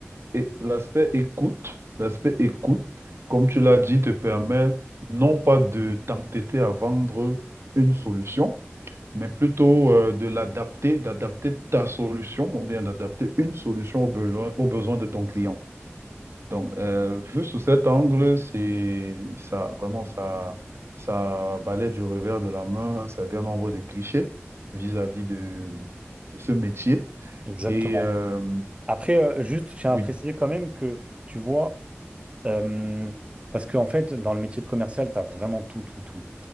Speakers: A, on the right; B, on the right.
A: et l'aspect écoute, l'aspect écoute, comme tu l'as dit, te permet non pas de t'entêter à vendre une solution, mais plutôt euh, de l'adapter, d'adapter ta solution ou bien d'adapter une solution aux besoins, aux besoins de ton client. Donc, euh, vu sous cet angle, c'est ça, vraiment, ça, ça balaie du revers de la main un certain nombre de clichés vis-à-vis de, de ce métier.
B: Exactement.
A: Et euh,
B: Après, euh, juste, je tiens
A: oui,
B: à préciser quand même que, tu vois, euh, parce qu'en fait, dans le métier de commercial, tu as vraiment tout, tout, tout.